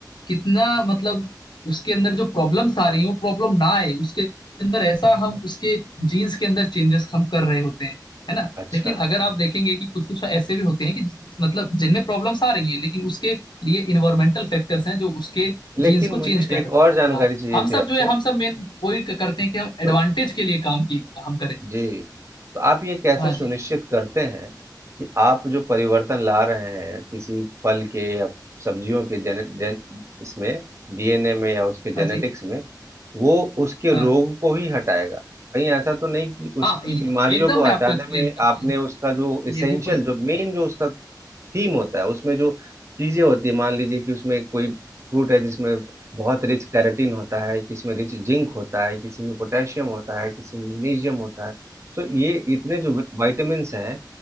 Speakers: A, on the left; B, on the right.
A: कितना मतलब उसके अंदर जो प्रॉब्लम्स आ रही है वो प्रॉब्लम ना आए उसके अंदर ऐसा हम उसके जीन्स के अंदर चेंजेस हम कर रहे होते हैं है ना
B: अच्छा
A: लेकिन अगर आप देखेंगे कि कुछ कुछ ऐसे भी होते हैं कि मतलब जिनमें प्रॉब्लम्स आ रही हैं लेकिन उसके लिए इन्वायरमेंटल फैक्टर्स हैं जो उसके
B: लेकिन
A: जीन्स को
B: मुझे
A: चेंज कर
B: एक
A: रहे हैं
B: और जानकारी
A: हाँ,
B: चाहिए
A: हम सब
B: थी आपसे
A: जो है हम सब मेन वही क- करते हैं कि हम एडवांटेज
B: तो
A: के लिए काम की हम करें
B: जी तो आप ये कैसे
A: हाँ
B: सुनिश्चित
A: जी
B: करते हैं कि आप जो परिवर्तन ला रहे हैं किसी फल के या सब्जियों के जेने, जेन, इसमें डीएनए में या उसके जेनेटिक्स
A: हाँ जी
B: में वो उसके
A: हाँ
B: रोग को ही हटाएगा कहीं ऐसा तो नहीं कि उसकी
A: हाँ ए-
B: बीमारियों
A: एकदम
B: को
A: मैं
B: हटाने
A: आपको एक्सप्लेन
B: में
A: करता
B: आपने
A: हूँ
B: उसका जो इसेंशियल
A: ये भी पॉइंट
B: जो मेन जो उसका थीम होता है उसमें जो चीजें होती है मान लीजिए कि उसमें कोई फ्रूट है जिसमें बहुत रिच कैरेटीन होता है किसी में रिच जिंक होता है किसी में पोटेशियम होता है किसी में मैग्नीशियम होता है तो ये इतने जो विटामिन हैं